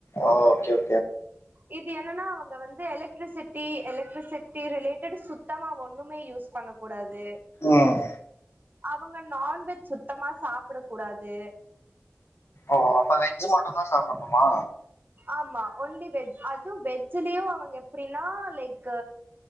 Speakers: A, on the left; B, on the right.
A: ஓ ஓகே ஓ
B: இப்ப என்னன்னா அவுங்க வந்து பே எலக் எலக்ட்ரிசிட்டி எலக்ட்ரிசிட்டி ரிலேடட் சுத்தமா ஒன் ண்ணுமே யூஸ் பண்ண கூடாது
A: ம்
B: அவுங்க நான்வெஜ் சுத்தமா சாப்பிட கூடாது
A: ஓஹோ அப்ப வெஜ் மட்டு தான் சாப்புணும்மா
B: ஆமா ஒன்லி வெஜ் அது வெஜ் சொல்லியும் அவுங்க எப்பிடில்லா லைக் க்க